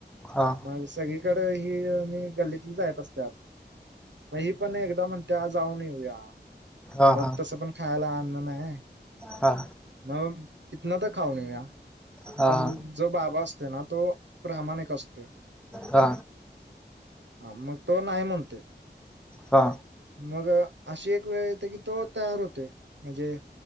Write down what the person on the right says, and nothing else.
म सगळीकडं ही मी गल्लीतन जायेत असत्यात म ही पण, एकदा म्हणत्या जाऊन येऊया, घरात
तसं पण खायला अन्न नाय.
म तीतन त खाऊन येऊया
पण जो बाबा असते ना, तो प्रामाणिक असतोय.
हा, मग तो नाही म्हणतोय
मग, अशी एक वेळ येते की, तो तयार होतोय, म्हजे